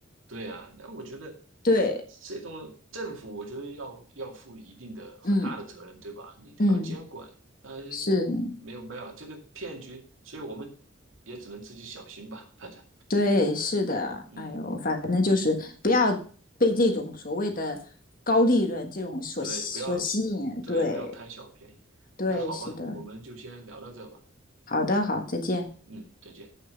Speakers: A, on the right (about 80°); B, on the left (about 45°).
A: 对啊，那我觉得
B: 对，
A: 这种政府，我觉得要要负一定的很大的责任，
B: 嗯
A: 对吧？你得要监管，
B: 嗯，
A: 呃，
B: 是，
A: 没有没有这个骗局，所以我们也只能自己小心吧，反正，
B: 对，是的，
A: 嗯，
B: 哎呦，反正就是不要被这种所谓的高利润这种所所吸引，
A: 那对，不要对，
B: 对
A: 不要贪小便宜。
B: 对，
A: 那好吧，
B: 是的，
A: 我们就先聊到这吧，
B: 好的，好，再见。
A: 嗯，再见。